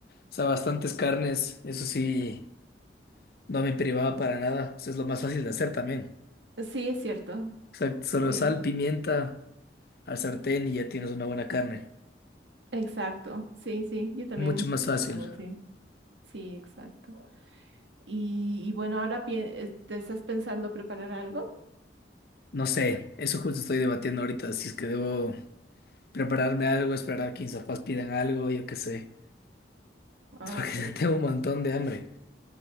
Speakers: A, on the left; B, on the right.
A: sea, bastantes carnes, eso sí. No me privaba para nada. Eso es lo más fácil de hacer también.
B: sí, es cierto.
A: Exacto, solo
B: Sí,
A: sal, pimienta al sartén y ya tienes una buena carne.
B: exacto. Sí, sí. Yo también
A: Mucho más fácil.
B: hago así. Sí, exacto. Y, y bueno, ahora pien- eh, te estás pensando preparar algo.
A: No sé, eso justo estoy debatiendo ahorita, si es que debo prepararme algo, esperar a que mis papás pidan algo, yo qué sé,
B: Ah,
A: <laughs> porque
B: ok.
A: tengo un montón de hambre.